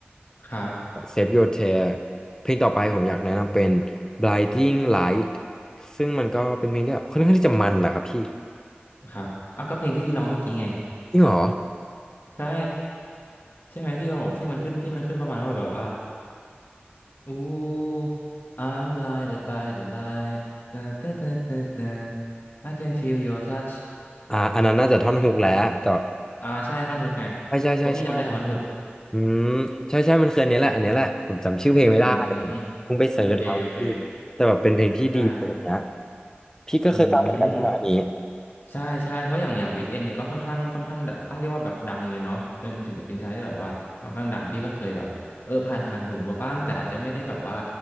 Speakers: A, on the left; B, on the left.
A: ครับ
B: Save Your Tear เพลงต่อไปผมอยากแนะนำเป็น Blinding Light ซึ่งมันก็เป็นเพลงที่แบบค่อนข้างที่จะมันนะครับพี่
A: ครับอ่ะก็เพลงที่พี่ร้องเมื่อกี้ไง
B: จริงเหรอ
A: ใช่ ใช่ไหมที่บอกที่มันขึ้นที่มันขึ้นประมาณว่าแบบว่า Ooh, I'm blinded by the light. Da, da, da, da, da. I can feel your touch.
B: อ่าอันนั้นน่าจะท่อนฮุกแล้วแต่
A: อ่าใช่ ท่อนฮุกไง
B: ใช่ใช่ใช่ใช่
A: เพราะพี่จำได้ท่อนฮุก
B: อืมใช่ใช่มันคืออันนี้แหละอันนี้แหละผมจำชื่อเพลงไม่ได้ผมเพิ่งไปเสิร์ชแล้วพี่แต่แบบเป็นเพลงที่ดีอะไรเงี้ย
A: อืม โอเค โอเค ได้
B: พี่ก็เคยฟังเหมือนกันใช่ไหมอันนี้
A: อืม ใช่ใช่เพราะอย่างอย่างวิกเอนเนี่ยก็ค่อนข้างค่อนข้างแบบต้องเรียกว่าแบบดังเลยเนาะเป็นศิลปินชายที่แบบว่าค่อนข้างดังพี่ก็เคยแบบเออผ่านผ่านหูมาบ้างแต่อาจจะไม่ได้แบบว่า